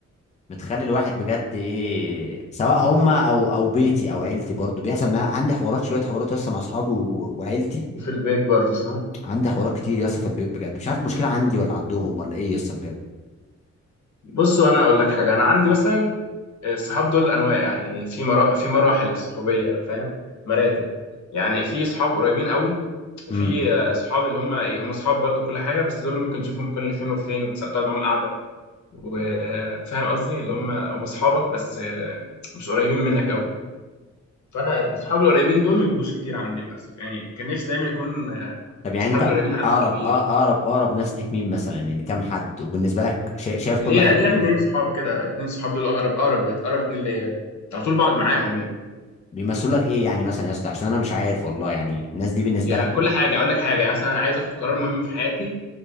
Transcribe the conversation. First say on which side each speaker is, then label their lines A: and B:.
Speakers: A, on the left (about 25°); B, on the left (about 75°).
A: بتخلي الواحد بجد ايه سواء هم او او بيتي او عيلتي برضو بيحصل معايا عندي حوارات شويه حوارات يا اسطى مع اصحابي و- وعيلتي
B: وفي البيت برضه صح
A: عندي حوارات كتير يا اسطى في البيت بجد مش عارف المشكله عندي ولا عندهم ولا ايه يا اسطى بجد
B: بص وانا اقول لك حاجه انا عندي مثلا الصحاب دول انواع يعني في مرا... في مراحل للصحوبيه فاهم مراتب يعني في صحاب قريبين قوي وفي
A: مم.
B: آه، صحاب اللي هم ايه هم صحاب برضه كل حاجه بس دول اللي ممكن تشوفهم كل فين وفين وتقعد معاهم قاعده وفاهم <laughs> قصدي اللي هم هم اصحابك بس آه، مش قريبين منك قوي فانا الصحاب القريبين دول ما بيبقوش كتير عندي للاسف يعني كان نفسي دايما يكون آه،
A: طب يعني
B: صحابي
A: انت
B: القريبين عدد
A: اقرب
B: كبير
A: اه اقرب اقرب ناس ليك مين مثلا يعني كام حد وبالنسبه لك شا- شايف كل
B: ليا
A: واحد
B: ليا
A: فيهم
B: اتنين صحاب كده اتنين صحاب دول اقرب اقرب اقرب اتنين ليا على طول بقعد معاهم يعني
A: بيمثل لك ايه يعني مثلا يا اسطى عشان انا مش عارف والله يعني الناس دي بالنسبه
B: يعني
A: لك
B: كل حاجه اقول لك حاجه يعني مثلا عايز اخد قرار مهم في حياتي